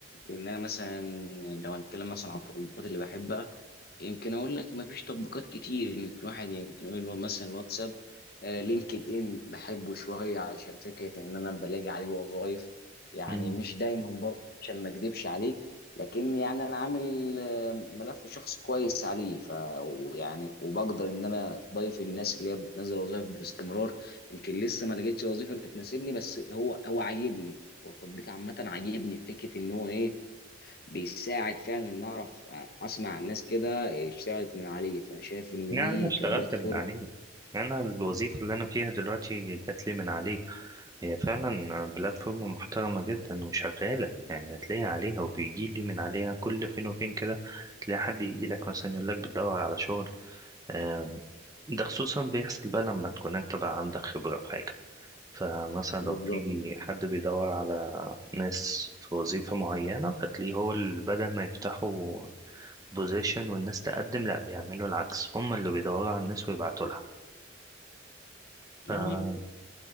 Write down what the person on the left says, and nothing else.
لأن أنا مثلا لو هنتكلم مثلا عن التطبيقات اللي بحبها يمكن اقول لك مفيش تطبيقات كتير يمكن الواحد يمكن يقول مثلا الواتساب آه، لينكد ان بحبه شويه علشان فكره ان انا بلاقي عليه وظائف يعني
مش دايما برضه عشان ما اكدبش عليك لكن يعني انا عامل آه، ملف شخصي كويس عليه ف ويعني وبقدر ان انا ضايف الناس اللي هي بتنزل وظائف باستمرار يمكن لسه ما لقيتش وظيفه اللي تناسبني بس هو هو عاجبني هو التطبيق عامه عاجبني في فكره ان هو ايه بيساعد فعلا ان اعرف آه، اسمع عن ناس كده اشتغلت من عليه فشايف ان
دي
كبلاتفورم
بالظبط
يعني